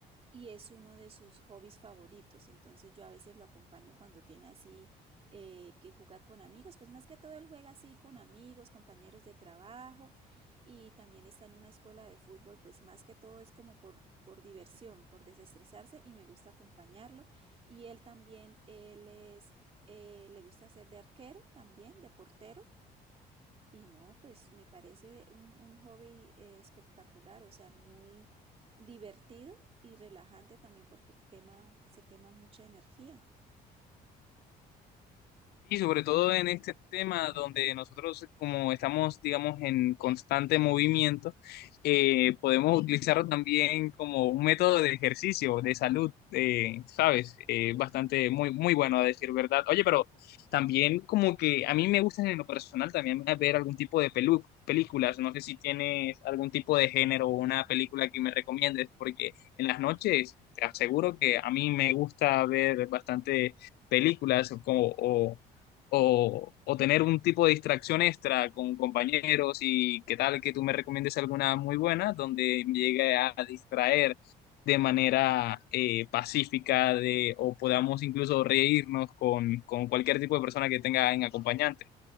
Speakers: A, on the right (about 35°); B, on the left (about 70°).
A: y es uno de sus hobbies favoritos. Entonces yo a veces lo acompaño cuando tiene así eh, que jugar con amigos, pues más que todo él juega así con amigos, compañeros de trabajo y también está en una escuela de fútbol, pues más que todo es como por, por diversión, por desestresarse y me gusta acompañarlo. Y él también, él es, eh, le gusta ser de arquero también, de portero y no, pues me parece un, un hobby eh, espectacular, o sea, muy divertido y relajante también porque quema, se quema mucha energía.
B: Y sobre todo en este tema donde nosotros, como estamos, digamos, en constante movimiento, eh, podemos utilizarlo también como un método de ejercicio, de salud, eh, ¿sabes? Eh, bastante, muy, muy bueno a decir verdad. Oye, pero también como que a mí me gustan en lo personal también ver algún tipo de pelu- películas. No sé si tienes algún tipo de género o una película que me recomiendes, porque en las noches te aseguro que a mí me gusta ver bastante películas como, o o, o tener un tipo de distracción extra con compañeros y qué tal que tú me recomiendes alguna muy buena donde me llegue a distraer de manera eh, pacífica de, o podamos incluso reírnos con, con cualquier tipo de persona que tenga en acompañante.